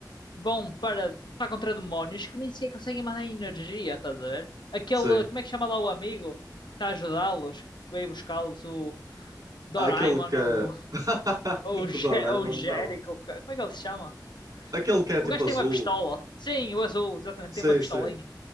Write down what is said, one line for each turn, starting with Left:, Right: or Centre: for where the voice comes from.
Left: bom para lutar contra demónios que nem sequer conseguem mandar energia, estás a ver? Aquele,
Right: Sim.
Left: como é que chama lá o amigo? que Está a ajudá-los, que veio buscá-los, o Doraemon
Right: Há aquele que é.
Left: ou,
Right: <laughs>
Left: ou, o Je-
Right: O Doraemon,
Left: ou o Jericho,
Right: não.
Left: ou ca- como é que ele se chama?
Right: Aquele que é tipo
Left: O gajo
Right: azul.
Left: tem uma pistola. Sim, o azul, exatamente,
Right: Sim,
Left: tem uma pistolinha.
Right: sim.